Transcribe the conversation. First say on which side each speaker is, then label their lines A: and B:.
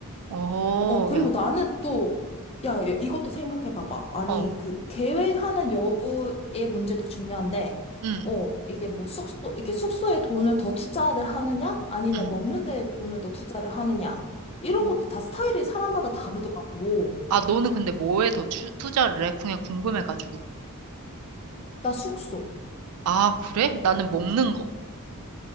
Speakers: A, on the right; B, on the left.
A: 어,
B: 어, 그리고
A: 야,
B: 나는 또, 야, 야, 이것도 생각해봐봐. 아니,
A: 어,
B: 그, 계획하는 여부의 문제도 중요한데,
A: 응,
B: 어, 이게 뭐 숙소, 이게 숙소에 돈을 더 투자를 하느냐? 아니면
A: 응.
B: 먹는 데에 돈을 더 투자를 하느냐? 이런
A: 오,
B: 것도 다 스타일이 사람마다 다르더라고.
A: 아, 너는 근데 뭐에 더 추- 투자를 해? 그냥 궁금해가지고.
B: 나 숙소.
A: 아, 그래? 나는 먹는 거.